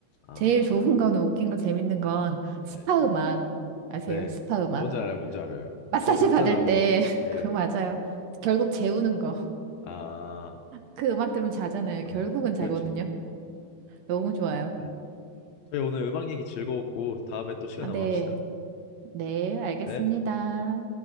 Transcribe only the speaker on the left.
아,
네.
네.
아, 뭔지 알아요, 뭔지 알아요.
더 잔잔하고,
예.
아,
아,
그렇죠.
네. 저희 오늘 음악 얘기 즐거웠고 다음에 또 시간
남아
합시다.
네.